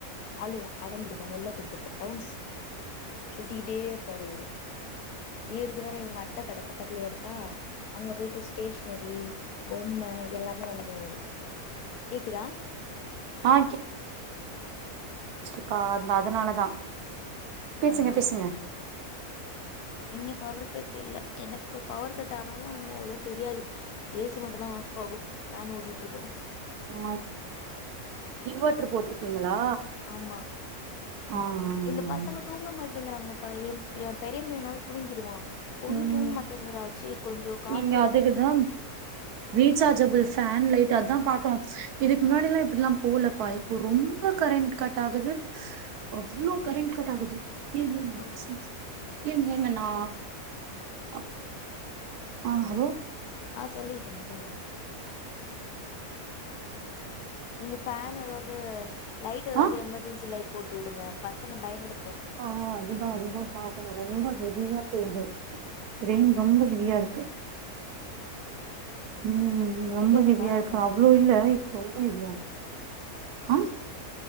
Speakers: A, on the left (about 85°); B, on the right (about 85°).
A: அழுவா அடம் பிடிப்பா வெளில கூட்டிட்டு போ ரவுண்ட்ஸ் சுத்திக்கிட்டே இருப்பாரு இவரு இ இது வேற இவுங்க அத்த கட பக்கத்ல இருக்கா அங்க போயிட்டு ஸ்டேஷ்னரி பொம்ம இதெல்லா போய் வாங்கிட்டு வருவாரு கேக்குதா
B: ஆ அப்ப அந்த அதனாலதா பேசுங்க
A: ஆ
B: பேசுங்க
A: ஓகே இங்க பவர்க்கட் இல்ல எனக்கு பவர் கட் ஆனாலு அவ்ளோ தெரியாது ஏ சி மட்டுந்தா ஆஃப் ஆகு ஃபேன் ஓடிட்ருக்கு
B: ஆ இன்வெட்டர் போட்டிருக்கீங்ளா
A: ஆமா
B: ஆ ஆ ஆ
A: இந்த பசங்க தூங்க மாட்டேங்கிறாங்கப்பா எ பெரிய எ பெரிய மயனாவது தூங்கிருவ பொண்ணு
B: ம்
A: தூங்க மாட்டேங்கிறா ஆச்சி கொஞ்சோ காத்து
B: நீங்க அதுக்குதா ரீசார்ஜபிள் ஃபேன் லைட் அத்தா பாக்கனு இதுக்கு முன்னாடிலா இப்டிலா போலப்பா இப்போ ரொம்ப கரண்ட் கட் ஆகுது அவ்ளோ கரண்ட் கட் ஆகுது <unintelligible>
A: ஆ
B: ஏ ஏங்க நா அப் ஆ ஹலோ
A: ஆ சொல்லிட்ருங்க சொல்லுங்க நீங்க ஃபேன் ஏதாது லைட் எதாது
B: ஆ
A: எமர்ஜென்சி லைட் போட்டு விடுங்க பசங்க பயந்திர
B: ஆ அதுதா அதுதா பாப்போ ரொம்ப ஹெவியா பேயுது ரெயின் ரொம்ப ஹெவியா இருக் உ ரொம்ப
A: போயிட்டே இருக்கா
B: ஹெவியா இருக்கு
A: என்ன
B: அவ்ளோ இல்ல ரொம்ப ஹெவியா இருக்கு ஆ